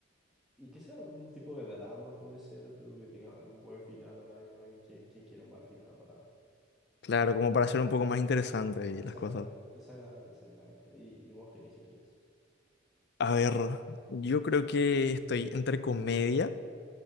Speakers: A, in the centre; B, on the left.
A: Y que sea algún tipo de drama puede ser, pero que tenga algún buen final ahora. yo creo que ¿Quién, quién quiere un mal final para,
B: Claro,
A: para,
B: como
A: para su
B: para
A: vida?
B: hacer un poco más interesante y
A: Exactamente,
B: las cosas.
A: exactamente, exactamente. ¿Y, y vos qué elegirías?
B: A ver, yo creo que estoy entre comedia,